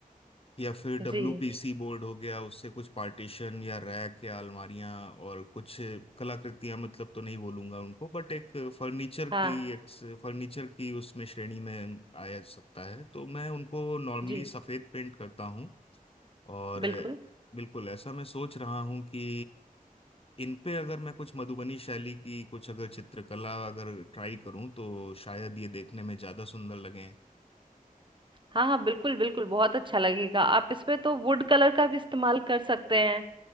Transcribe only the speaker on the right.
जी
हाँ
जी
बिल्कुल
हाँ हाँ बिल्कुल बिल्कुल बहुत अच्छा लगेगा आप इसमें तो वुड कलर का भी इस्तेमाल कर सकते हैं